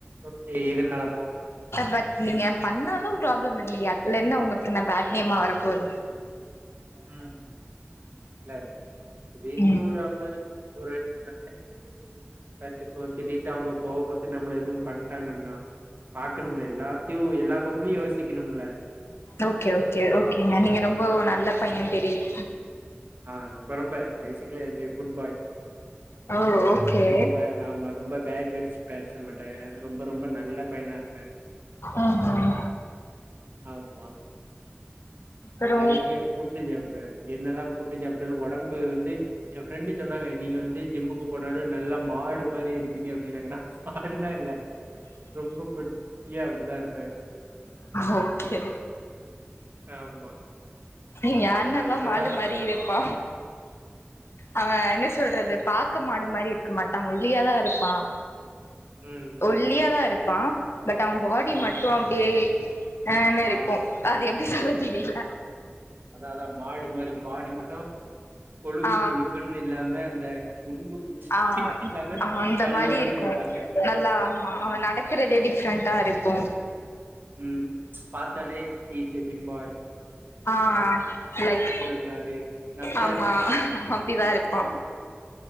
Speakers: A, on the right (about 50°); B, on the left (about 75°).
A: ஓகே இதுனாலதா
B: பட் நீங்க பண்ணாலும் ப்ராப்ளம் இல்லையே அதுனால உங்களுக்கு என்ன பேட் நேமா வரப்போது
A: ம் இல்ல திடீர்ன்ட்டு
B: ம்
A: ஒரு அன்பு ஒரு நல்ல இது <unintelligible> அவனுங்களுக்கு கோவோ போட்டு நம்மள எதும் பண்டாங்கன்னா பாக்கணும்ல எல்லாத்தியு எல்லா பக்கமு யோசிக்கணும்ல
B: ஓகே ஓகே ஓகேங்க நீங்க ரொம்போ நல்ல பையன் தெரியுது
A: ஆ ரொம்ப ரொம்ப basically I am a good boy
B: oh okay
A: ரோம்ப ஆமா ரொம்ப பேட் வேர்ட்ஸ் பேச மாட்டே ரொம்ப ரொம்ப நல்ல பையனா இருப்பே
B: அ ஹா
A: ஆமா
B: அப்புறோ
A: நறைய ஃபுட்டு சாப்புடுவே என்னதா ஃபுட்டு சாப்பிடாலு ஒடம்பு வந்து எயா ஃப்ரெண்டு சொன்னாங்க நீங்க வந்து ஜிம்முக்கு போனாலு நல்லா மாடு மாரி இருப்பீங்க அப்டின்னாங்கன்னா அது லா இல்ல ரொம்ப குட்டியா அப்டிதா இருப்பே
B: ஒகே
A: ஆமா
B: எயா அண்ணேல்லா
A: ஆ இப்பதா
B: மாடு மாரி இருப்பா அவே என்ன சொல்றது பாக் பாக்க மாடு மாரி இருக்க மாட்டா ஒல்லியாதா இருப்பா
A: ம்
B: ஒல்லியாதா இருப்பா பட் அவே பாடி
A: ம்
B: மட்டு அப்டியே ஆ இன்னு
A: மாடு
B: இருக்கு
A: மாடு
B: அது எப்டி சொல்ல தெரில
A: அதா அதா மாடு மாரி பாடி மட்டு கொழுக்கு
B: ஆ
A: கொழுக்குன்னு இல்லாம இந்த குண்டு குஷ்
B: ஆ
A: இல்லாம
B: ஆ அந்த
A: கல்லு
B: மாரி இருக்கு
A: இருப்பாங்க
B: நல்லா ஆமா அவே
A: ம்
B: நடக் நடக்குறதே டிஃப்ரெண்ட்டா இருக்கு
A: ம் பாத்தாலே he is a gym body
B: ஆ லைக்
A: கூடாது நம்மள
B: ஆமா அப்டிதா இருப்பா